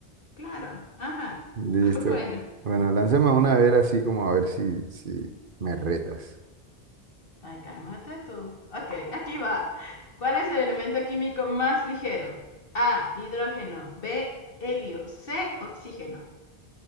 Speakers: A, on the left; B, on the right.
A: claro. Ajá.
B: Listo.
A: <laughs> Bueno.
B: Bueno, lánzame una a ver así como a ver si, si me retas.
A: Ay, cálmate tú. Ok, aquí va. ¿Cuál es el elemento químico más ligero? A, hidrógeno. B, helio. C, oxígeno.